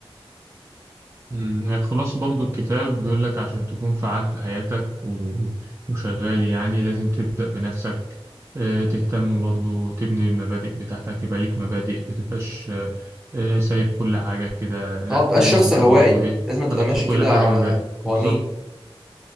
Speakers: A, on the right (about 30°); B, in the centre.
A: أمم، خلاصة برضو الكتاب بيقول لك عشان تكون فعال في حياتك و- وشغال يعني لازم تبدأ بنفسك آه، تهتم برضو تبني المبادئ بتاعتك يبقى ليك مبادئ متبقاش آه، آه، سايب كل حاجة كده لأ
B: هو بقى
A: لازم
B: الشخص
A: تبقى
B: هوائي
A: برضو إيه
B: لازم تبقى
A: حاطط
B: ماشي
A: لكل
B: كده
A: حاجة
B: على
A: مبادئ
B: قوانين
A: بالظبط